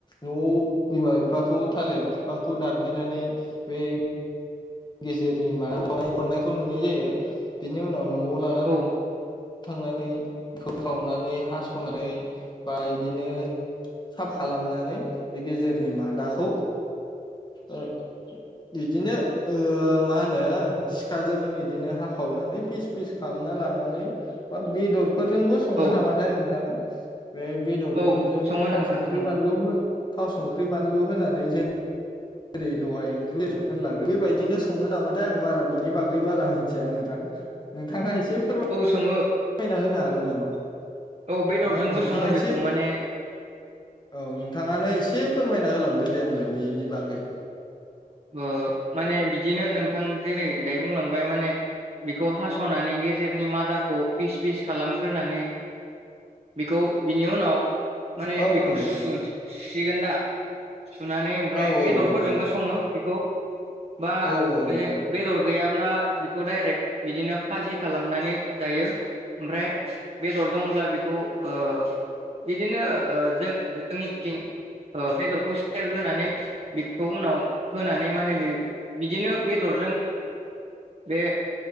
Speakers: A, on the left (about 30°); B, on the right (about 45°).
A: न'आव बिमा बिफाखौ थालिर बिफांखौ दानफायनानै बे गेजेरनि माबायाव अनायखौ नुनाय जायो बिनि उनाव न'वाव ला
B: औ
A: खांनानै फोखावनानै हास'नानै बा बिदिनो साफ खालामनानै बे गेजेरनि मादाखौ ओ इदिनो ओ मा होनो सिखाजों बिदिनो हाखावनानै फिस फिस खालामना लानानै बा बेदर फोरजोंबो सङो
B: औ
A: नामाथाय नोंथां बे बेदरफोरजों
B: औ सङो
A: थाव
B: नोंथां
A: संख्रि
B: सङो
A: बानलु हो थाव संख्रि बानलु होनानै जे जेरै दहाय ओंख्रि होनलांदों बे बायदिनो सङो नामाथाय आं बारा बिनि बागै बारा मिया नोंथां नों बिथाङा एसे फोर फोरमायना
B: औ सङो
A: होनो हागोन गोन नामा
B: औ बेदरजोंबो
A: ओ नोंथाङा
B: सङो बेखौ
A: एसे
B: माने
A: औ नोंथाङानो एसे फोरमाय ना होलांदो दे आंनो बेनि बागै
B: ओ माने बिदिनो नोंथां जेरै यो बुंलांबाय माने बेखौ हास'नानै गेजेरनि माथ आ दाखौ पिस पिस खालामग्रोनानै बेखौ बिनि उनाव माने
A: औ
B: बेखौ
A: नोंथां
B: सु
A: औ
B: सुसिगोन दा सुनानै ओमफ्राय
A: औ औ
B: बेदरफोरजोंबो
A: नोंथां औ
B: सङो बिखौ बा
A: औ औ
B: बे
A: नोंथां
B: बेदर गैयाब अब्ला बिखौ डाइरेक्ट बिदिनो फाजि खालामनानै जायो ओमफ्राय बेदर दंब्ला बेखौ ओ बिदिनो ओ जों जोंनिथिं ओ बेदरखौ सेरग्रोनानै बेखौ उनाव होनानै माने बे बिदिनो बेदरजों बे